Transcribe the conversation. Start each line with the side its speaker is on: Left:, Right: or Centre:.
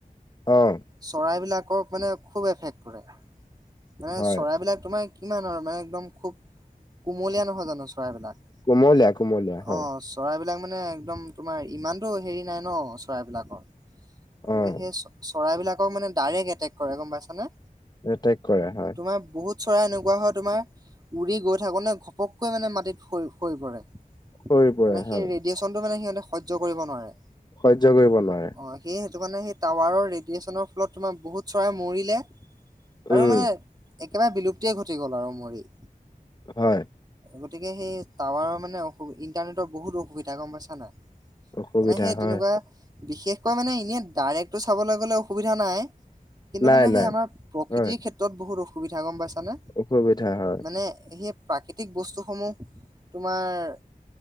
Left: অ'!
Right: চৰাইবিলাকক মানে, খুউব এফেক্ট কৰে। মানে,
Left: হয়
Right: চৰাইবিলাক তোমাৰ কিমান আৰু মানে, একদম খুউব, কোমলীয়া নহয় জানোঁ! চৰাইবিলাক।
Left: কুমলীয়া-কুমলীয়া, হয়।
Right: অ', চৰাইবিলাক মানে, একদম তোমাৰ, ইমানতো সেৰি নাই ন' চৰাইবিলাকৰ। গতিকে,
Left: অ',
Right: সেই চ, চৰাইবিলাকক মানে, ডাইৰেক্ট এটেক কৰে। গম পাইছানে?
Left: এটেক কৰে, হয়।
Right: তোমাৰ, বহুত চৰাই এনেকুৱা হয় তোমাৰ, উৰি গৈ থাকোঁতে ঘপককৈ মানে, মাটিত সৰি পৰে।
Left: সৰি পৰে
Right: মানে,
Left: হয়।
Right: সেই ৰেডিয়েচনটো মানে, সিহঁতে সহ্য কৰিব নোৱাৰে।
Left: সহ্য কৰিব নোৱাৰে।
Right: অ'! সেই, সেইটো কাৰণে সেই, টাৱাৰৰ ৰেডিয়েচনৰ ফলত তোমাৰ, বহুত চৰাই মৰিলে। আৰু
Left: উম,
Right: মানে, একেবাৰে বিলুপ্তিয়ে ঘটি গ'ল আৰু মৰি।
Left: হয়!
Right: গতিকে, সেই টাৱাৰৰ মানে, অসু ইন্টাৰনেটৰ বহুত অসুবিধা। গ'ম পাইছা নাই? মানে,
Left: অসুবিধা
Right: সেই
Left: হয়
Right: তেনেকুৱা, বিশেষকৈ মানে, এনেই ডাইৰেক্টটো চাবলৈ গ'লে অসুবিধা নাই। কিন্তু
Left: নাই
Right: মানে, সেই
Left: নাই।
Right: আমাৰ, প্ৰকৃতিৰ
Left: হয়
Right: ক্ষেত্ৰত বহুত অসুবিধা। গ'ম পাইছানে!
Left: অসুবিধা হয়
Right: মানে, সেই প্ৰাকৃতিক বস্তুসমূহ তোমাৰ